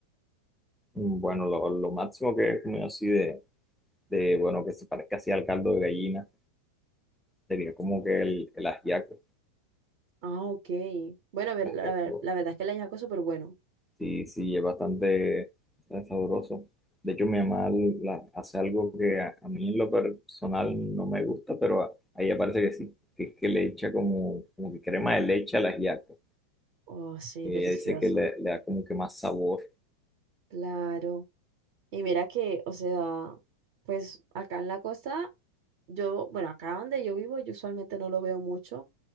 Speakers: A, in the centre; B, on the right.
A: Mm, Bueno, lo, lo máximo que he comido así de, de, bueno, que se parezca así al caldo de gallina, sería como que el, el ajiaco.
B: Ah, ok. Bueno, a ver,
A: El
B: la,
A: ajiaco
B: ver- la verdad es que el ajiaco es súper bueno.
A: sí, sí, es bastante eh, sabroso. De hecho, mi mamá la- hace algo que a, a mí en lo personal no me gusta, pero a, a ella parece que sí, que es que le echa como, como que crema de leche al ajiaco.
B: Oh, sí,
A: Y
B: delicioso.
A: ella dice que le, le da como que más sabor.
B: Claro. Y mira que, o sea, pues acá en la costa, yo, bueno, acá donde yo vivo, yo usualmente no lo veo mucho,